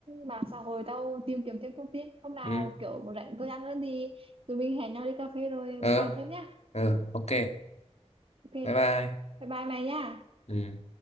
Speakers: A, on the right (about 55°); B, on the left (about 70°).
A: mạng xã hội tao tìm kiếm thêm thông tin hôm nào
B: ừ
A: kiểu một rảnh tôi ăn hơn thì tụi mình hẹn nhau đi cà phê rồi
B: ờ
A: bàn thêm nhá
B: ừ. ok
A: ok
B: bye bye
A: bye bye mày nhá
B: Ừ.